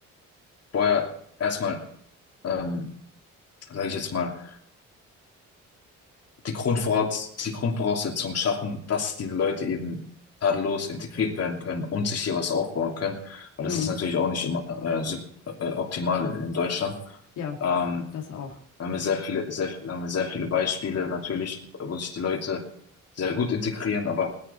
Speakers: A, on the left; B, on the left.
A: vorher erstmal, ähm, sage ich jetzt mal, die Grundvoraus die Grundvoraussetzungen schaffen, dass diese Leute eben tadellos integriert werden können und sich hier was aufbauen können, weil
B: Hm.
A: das ist natürlich auch nicht immer äh, sup- äh, optimal in, in Deutschland.
B: Ja,
A: Ähm,
B: das auch.
A: Da haben wir sehr viele, sehr, da haben wir sehr viele Beispiele natürlich, wo sich die Leute sehr gut integrieren, aber